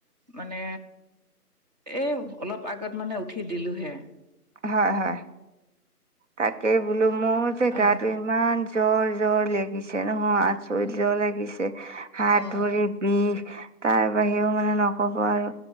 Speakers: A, on the right (about 25°); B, on the right (about 50°).
A: মানে, এ অলপ আগত মানে উঠি দিলোহে।
B: হয় হয়। তাকে বোলো মোৰ জেগটো
A: অ',
B: ইমান জ্বৰ জ্বৰ লাগিছে নহয় আচৰিত জ্বৰ লাগিছে হাত
A: অ',
B: ধৰি বিষ। তাৰ বাহিৰেও মানে নকব আৰু